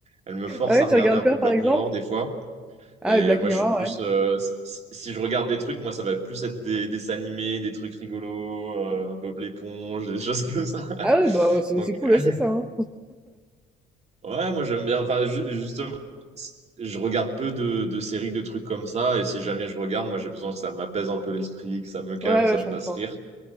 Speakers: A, on the right; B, in the centre.
A: Elle me force
B: Ah ouais,
A: à regarder
B: tu regardes
A: un
B: quoi,
A: peu Black
B: par exemple?
A: Mirror, des fois. Et
B: Ah, ouais, Black
A: moi,
B: Mirror,
A: je suis plus...
B: ouais.
A: euh, si si je regarde des trucs, moi, ça va plus être des, des dessins animés, des trucs rigolos, euh, Bob l'éponge, des <laughs> choses comme ça. <laughs>
B: Ah ouais, bah, ouais, c'est
A: Donc,
B: c'est cool
A: euh,
B: aussi, ça. hein.
A: ouais, moi, j'aime bien... Enfin, ju- justement... je regarde peu de, de séries, de trucs comme ça. Et si jamais je regarde, moi, j'ai besoin que ça m'apaise un peu l'esprit, que ça me calme,
B: Ouais,
A: ça
B: ouais,
A: me
B: je
A: fasse
B: comprends.
A: rire.